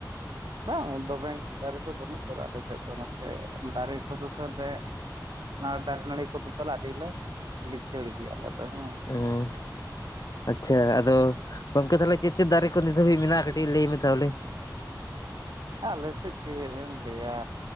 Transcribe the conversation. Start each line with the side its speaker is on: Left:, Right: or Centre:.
Right: ᱵᱟᱝ ᱫᱚᱢᱮ ᱫᱟᱨᱮ ᱫᱚ ᱵᱟᱹᱱᱩᱜ ᱟᱠᱟᱫᱟ ᱟᱞᱮ ᱥᱮᱫ ᱫᱚ ᱱᱚᱛᱮ ᱫᱟᱨᱮ ᱠᱚᱫᱚ ᱛᱟᱦᱮᱞᱮᱼᱼ ᱚᱱᱟ ᱫᱟᱨᱮ ᱱᱟᱹᱲᱤ ᱠᱚᱫᱚ ᱛᱚᱞᱟ ᱟᱹᱰᱤ ᱜᱮᱞᱮ ᱞᱤᱪᱟᱹᱲ ᱜᱮᱭᱟ ᱟᱞᱮ ᱦᱮᱸᱼᱼ
Left: ᱮᱸᱢ ᱟᱪᱪᱷᱟ ᱟᱫᱚ ᱜᱚᱝᱠᱮ ᱛᱟᱦᱚᱞᱮ ᱪᱮᱫ ᱪᱮᱫ ᱫᱟᱨᱮ ᱠᱚ ᱱᱤᱛ ᱦᱟᱹᱵᱤᱡ ᱢᱮᱱᱟᱜᱼᱟ ᱠᱟᱹᱴᱤᱡ ᱞᱟᱹᱭ ᱢᱮ ᱛᱟᱦᱚᱞᱮ?
Right: ᱟᱞᱮ ᱥᱮᱫ ᱪᱮᱫ ᱮᱢ ᱞᱟᱹᱭᱟ